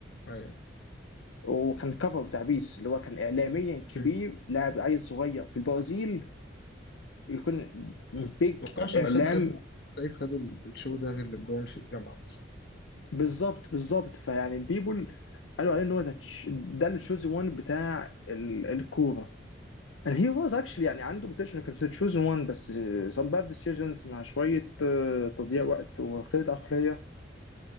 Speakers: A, on the left (about 55°); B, on the left (about 80°).
A: ايوه
B: وكان كفر بتاع بيس اللي هو كان اعلاميا كبير
A: مم.
B: لاعب عيل صغير في البرازيل يكون بيج
A: متوقعش
B: اعلام
A: ان خد خد لعيب خد ال- الشو ده غير لبجون في الجامعه مثلا
B: بالظبط بالظبط فيعني البيبول قالوا عليه ان هو ده تش- ده التشوزي وان بتاع ال- الكوره And he was actually يعني عنده potential كان في chosen one بس uh, some bad decisions مع شوية uh, تضييع وقت وقلة عقلية